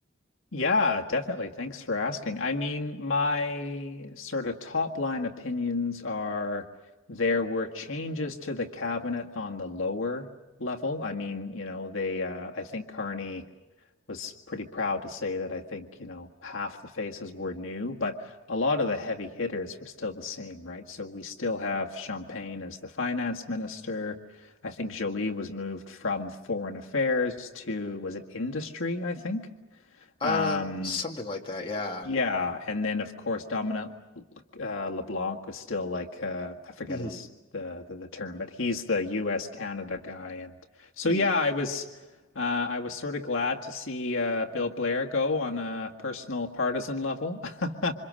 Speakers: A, on the left (about 65°); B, on the left (about 25°).
A: Yeah, definitely. Thanks for asking. I mean, my sort of top line opinions are there were changes to the cabinet on the lower level. I mean, you know, they uh, I think Carney was pretty proud to say that I think, you know, half the faces were new, but a lot of the heavy hitters were still the same, right? So we still have Champagne as the finance minister. I think Jolie was moved from foreign affairs to, was it industry, I think?
B: Um,
A: Um,
B: something like that, yeah.
A: yeah, and then of course Dominic uh, LeBlanc was still like uh, I forget
B: hmm
A: his the, the the term, but he's the U.S. Canada guy, and so
B: Ye
A: yeah, I was uh, I was sort of glad to see uh, Bill Blair go on a personal partisan level, <laughs>